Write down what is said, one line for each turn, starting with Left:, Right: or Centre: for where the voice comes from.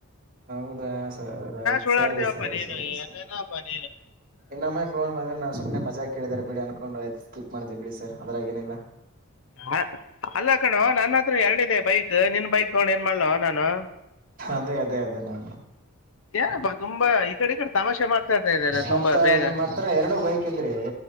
Right: ಹೌದಾ ಸ ಆಯ್
Left: ಸುಳ್ಳಾಡ್ತೀವಪ್ಪ
Right: ಸರಿ ಸರಿ
Left: ನೀನು
Right: ಸರಿ
Left: ಏನೇನಪ್ಪ
Right: ಸರಿ
Left: ನೀನು
Right: ಇನ್ನೊಮ್ಮೆ ಫೋನ್ ಬಂದ್ರೆ ನಾವು ಸುಮ್ನೆ ಮಜಾ ಕೇಳಳ್ ಬಿಡಿ ಅನ್ಕೊಂಡು ಆಯ್ತ ಸ್ಕಿಪ್ ಮಾಡ್ತೀವಿ ಬಿಡಿ ಸ ಅದರಾಗ ಏನಿಲ್ಲ
Left: ಹ, ಅಲ್ಲ ಕಣೋ ನನ್ನ ಹತ್ರ ಎರಡಿದೆ ಬೈಕ್ ನಿನ್ ಬೈಕ್ ತಗೊಂಡು ಏನ್ ಮಾಡ್ಲವ ನಾನು
Right: ಅದೇ ಅದೇ ಅದೇ ನನ್
Left: ಏನಪ್ಪ ತುಂಬಾ ಈ ಕಡೆ ಈ ಕಡೆ ತಮಾಷೆ ಮಾಡ್ತಾ ಇದ್ದಾರೆ
Right: ಮತ್ತ
Left: ತುಂಬಾ ಬೇಗ
Right: ನಿಮ್ ಹತ್ರ ಎರಡು ಬೈಕ್ ಇದ್ರಿ